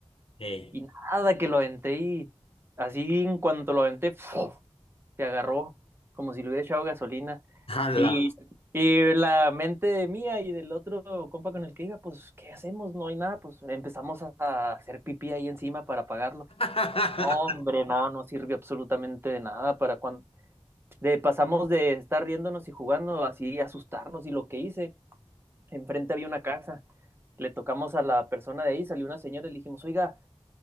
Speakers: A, on the left; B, on the right.
A: Hey.
B: Y nada, que lo aventé y así en cuanto lo aventé, ¡fuf! te agarró como si le hubiera echado gasolina.
A: ¡Hala!
B: Y, y la mente mía y del otro compa con el que iba, pues, ¿qué hacemos? No hay nada, pues empezamos a a hacer pipí ahí encima para pagarlo
A: <laughs>
B: Hombre, no, no sirvió absolutamente de nada para cuando de, pasamos de estar riéndonos y jugando así, asustarnos y lo que hice, enfrente había una casa. Le tocamos a la persona de ahí, salió una señora y le dijimos, oiga,